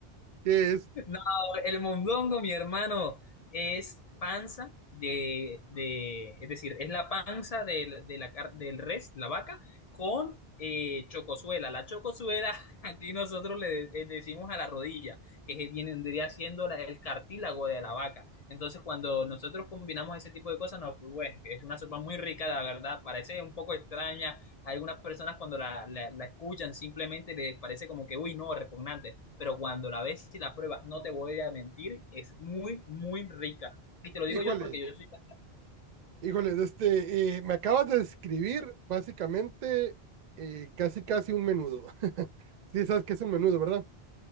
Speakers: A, on the right; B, on the left.
A: ¿qué es?
B: No, el mondongo, mi hermano, es panza de, de- es decir, es la panza del, de la, car- del res, la vaca, con eh, chocosuela. La chocosuela, <laughs> aquí nosotros le, de- eh, decimos a la rodilla, que es- viene- vendría siendo la- el cartílago de la vaca. Entonces, cuando nosotros combinamos ese tipo de cosas, nos, pues, bueno, es una sopa muy rica, la verdad, parece un poco extraña Hay algunas personas cuando la, la- la escuchan simplemente les parece como que, uy, no, repugnante, pero cuando la ves y la pruebas, no te voy a mentir, es muy, muy rica. Y te lo
A: Híjole,
B: digo yo porque yo soy... <laughs>
A: híjole, de este, eh, me acabas de describir básicamente eh, casi casi un menudo. <laughs> Sí, sabes qué es un menudo, ¿verdad?